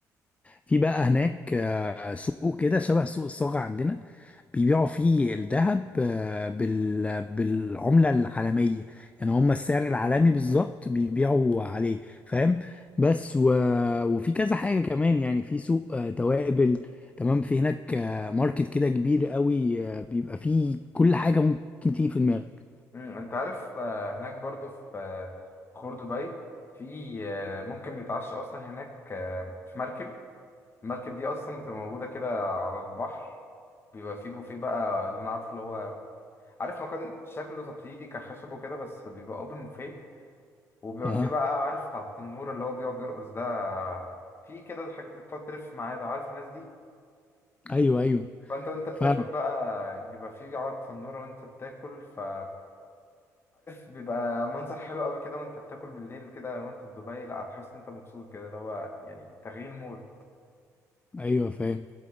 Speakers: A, on the left; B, on the left.
A: في بقى هناك آه، سوق كده شبه سوق الصاغة عندنا بيبيعوا فيه الذهب آه، بال- بالعملة العالمية يعني هم السعر العالمي بالظبط بيبيعوا عليه فاهم بس و... وفي كذا حاجة كمان يعني في سوق آه، توابل تمام في هناك آه، ماركت كده كبير قوي آه، بيبقى فيه كل حاجة ممكن تيجي في دماغك
B: امم انت عارف آه، هناك برضو في آه، خور دبي في آه، ممكن نتعشى اصلا هناك آه، في مركب المركب دي اصلا بتبقى موجوده كده على البحر بيبقى فيه بوفيه بقى اللي انا عارفه اللي هو عارف مكان شكله تقليدي كخشب وكده بس بيبقى اوبن بوفيه وبيبقى
A: اها
B: في بقى عارف بتاع التنورة اللي هو بيقعد يرقص ده في كده الحاجات اللي بتقعد تلف معايا ده عارف الناس دي
A: ايوه ايوه
B: فانت وانت بتاكل
A: فاهم.
B: بقى بيبقى في عرض تنورة وانت بتاكل فعارف بيبقى منظر حلو قوي كده وانت بتاكل بالليل كده وانت في دبي لا هتحس إن انت مبسوط كده اللي هو يعني تغيير مود
A: ايوه فاهم